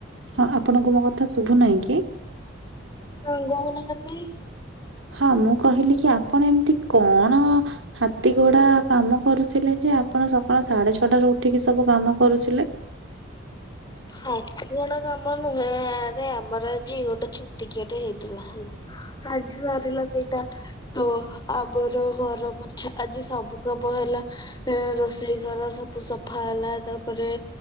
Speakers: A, on the right; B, on the left.
A: ହଁ ଆପଣଙ୍କୁ ମୋ କଥା ଶୁଭୁ ନାହିଁ କି?
B: ହଁ ଗୌନପତି।
A: ହଁ ମୁଁ କହିଲି କି ଆପଣ ଏମତି କଣ ହାତୀ ଘୋଡା କାମ କରୁଥିଲେ ଯେ ଆପଣ ସକାଳ ସାଡେ ଛଅଟାରୁ ଉଠିକି ସବୁ କାମ କରୁଥିଲେ।
B: ହ ହାତୀ ଘୋଡା କାମ ନୁହେଁ ଆରେ ଆମର ଆଜି ଗୋଟେ ଛୁତିକିଆଟେ ହେଇଥିଲା ହେଲା। ଆଜି ସରିଲା ସେଇଟା। ତ ଆମର ଘର ପୋଛା ଆଜି ସବୁ କାମ ହେଲା। ଏଁ ରୋଷେଇ ଘର ସବୁ ସଫା ହେଲା ତାପରେ